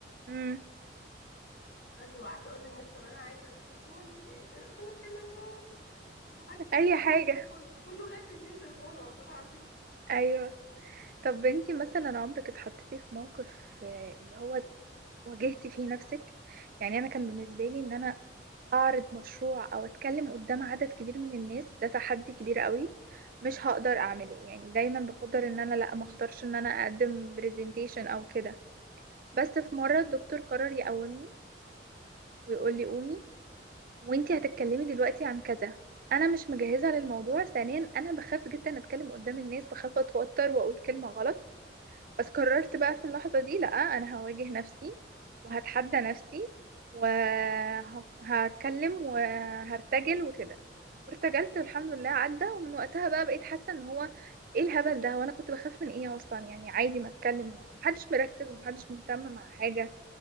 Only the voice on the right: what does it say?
امم
أي
حاجة
ايوه طب انتي مثلا عمرك اتحطيتي في موقف آه، اللي هو واجهتي فيه نفسك يعني انا كان بالنسبه لي ان انا اعرض مشروع او اتكلم قدام عدد كبير من الناس ده تحدي كبير قوي مش هقدر اعمله يعني دايما بفضل ان انا لا ما اختارش ان انا اقدم برزنتيشن او كده بس في مره الدكتور قرر يقومني ويقول لي قومي وانتي هتتكلمي دلوقتي عن كذا انا مش مجهزه للموضوع ثانيا انا بخاف جدا اتكلم قدام الناس بخاف اتوتر واقول كلمه غلط بس قررت بقى في اللحظة دي لأ أنا هواجه نفسي وهتحدى نفسي وهتكلم وهرتجل وكده وارتجلت والحمد لله عدى ومن وقتها بقى بقيت حاسة ان هو ايه الهبل ده وانا كنت بخاف من ايه اصلا يعني عادي ما اتكلم ومحدش مركز ومحدش مهتم مع حاجة